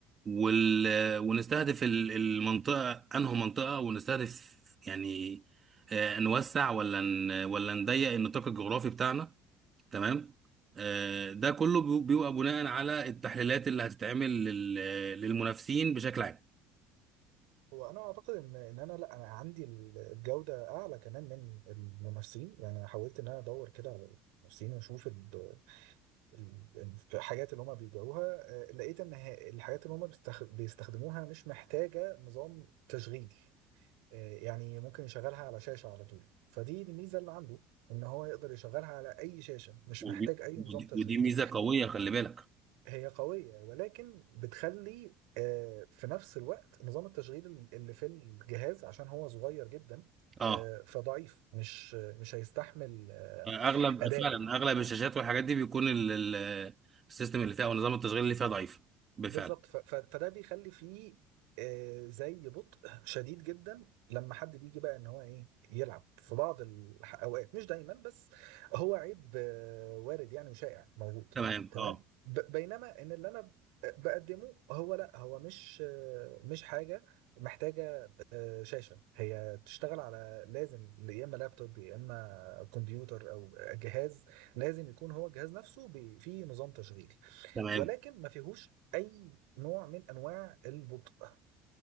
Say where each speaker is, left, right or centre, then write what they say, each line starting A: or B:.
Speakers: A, on the right; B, on the right.
A: وال ونستهدف ال- المنطقة انه منطقة ونستهدف يعني آه، نوسع ولا ن- ولا نضيق النطاق الجغرافي بتاعنا تمام آه، ده كله بي- بيبقى بناء على التحليلات اللي هتتعمل لل- للمنافسين بشكل عام
B: هو انا اعتقد ان ان انا لا انا عندي الجوده اعلى كمان من الممثلين يعني انا حاولت ان انا ادور كده على الممثلين واشوف ال- ال- الحاجات اللي هم بيبيعوها آه، لقيت ان ه- الحاجات اللي هم بيستخ- بيستخدموها مش محتاجه نظام تشغيل آه، يعني ممكن يشغلها على شاشه على طول فدي الميزه اللي عنده ان هو يقدر يشغلها على اي شاشه مش
A: ودي
B: محتاج اي نظام
A: ودي
B: تشغيل
A: ودي ميزه قويه خلي بالك
B: هي قوية ولكن بتخلي آه، في نفس الوقت نظام التشغيل اللي في الجهاز عشان هو صغير جدا
A: اه
B: آه، فضعيف مش مش هيستحمل آه،
A: اغلب
B: أداء
A: فعلا
B: يعني
A: اغلب الشاشات والحاجات دي بيكون ال- ال- السيستم اللي فيها او نظام التشغيل اللي فيها ضعيف بالفعل
B: بالظبط ف- ف- فده بيخلي فيه آه، زي بطء شديد جدا لما حد بيجي بقى ان هو ايه يلعب في بعض الاوقات مش دايما بس هو عيب آه، وارد يعني وشائع موجود
A: تمام
B: تمام
A: اه
B: ب- بينما ان اللي انا بقدمه هو لا هو مش آه، مش حاجه محتاجه آه، شاشه هي تشتغل على لازم يا اما لابتوب يا اما كمبيوتر او جهاز لازم يكون هو الجهاز نفسه بي- فيه نظام تشغيل
A: تمام
B: ولكن ما فيهوش اي نوع من انواع البطء